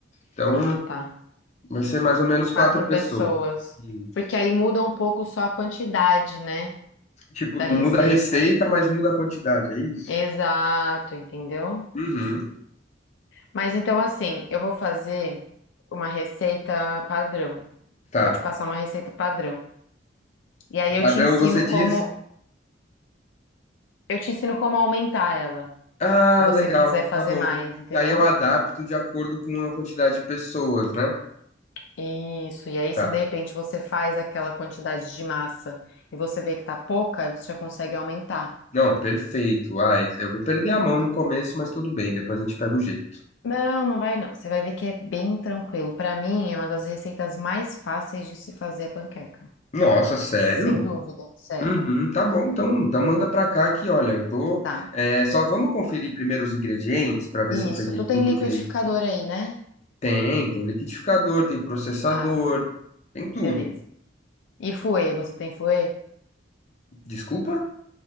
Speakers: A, on the left; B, on the left.
A: Então,
B: Ah, tá.
A: vai ser mais ou menos
B: Quatro
A: quatro pessoas.
B: pessoas.
A: E,
B: Porque aí muda um pouco só a quantidade, né,
A: tipo,
B: da
A: não
B: receita.
A: muda a receita, mas muda a quantidade, é isso?
B: Exato, entendeu?
A: Uhum.
B: Mas então assim, eu vou fazer uma receita padrão.
A: Tá.
B: Vou te passar uma receita padrão. E aí
A: O Padrão
B: eu te ensino
A: você diz,
B: como, eu te ensino como aumentar ela.
A: ah,
B: se você
A: legal,
B: quiser fazer
A: tá bom.
B: mais, entendeu?
A: E aí eu adapto de acordo com a quantidade de pessoas, né?
B: Isso, e aí
A: Tá.
B: se de repente você faz aquela quantidade de massa e você vê que tá pouca, aí você já consegue aumentar.
A: Não, perfeito. Ah, eu vou perder a mão no começo, mas tudo bem, depois a gente pega o jeito.
B: Não, não vai não. Você vai ver que é bem tranquilo. Pra mim, é uma das receitas mais fáceis de se fazer a panqueca.
A: Nossa, sério?
B: Sem dúvida, sério.
A: Uhum, tá bom, então, então manda pra cá que, olha, eu tô.
B: Tá.
A: é, só vamos conferir primeiro os ingredientes pra ver se eu peguei
B: Isso. Tu tem
A: tudo
B: liquidificador
A: direito.
B: aí, né?
A: Tem, tem liquidificador, tem processador,
B: Ah, tá bom.
A: tem tudo.
B: Beleza. E fouet, você tem fouet?
A: Desculpa?